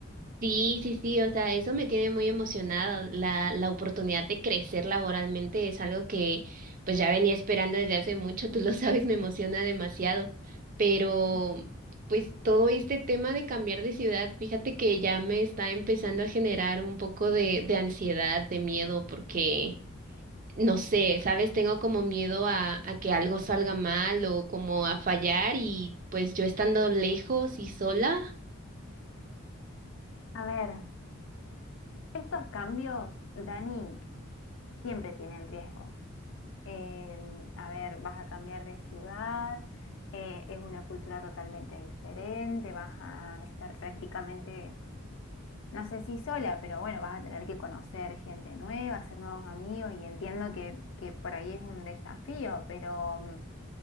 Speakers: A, on the right (about 40°); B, on the left (about 65°).
A: Sí, sí, sí, o sea, eso me tiene muy emocionada. La, la oportunidad de crecer laboralmente es algo que pues ya venía esperando desde hace mucho, tú lo <laughs> sabes, me emociona demasiado. Pero pues todo este tema de cambiar de ciudad, fíjate que ya me está empezando a generar un poco de, de ansiedad, de miedo, porque no sé, sabes, tengo como miedo a, a que algo salga mal o como a fallar y pues yo estando lejos y sola.
B: A ver, estos cambios, Dani, siempre tienen riesgos. Em, a ver, vas a cambiar de ciudad, eh, es una cultura totalmente diferente, vas a estar prácticamente no sé si sola, pero bueno, vas a tener que conocer gente nueva, hacer nuevos amigos y entiendo que, que por ahí es un desafío, pero mm,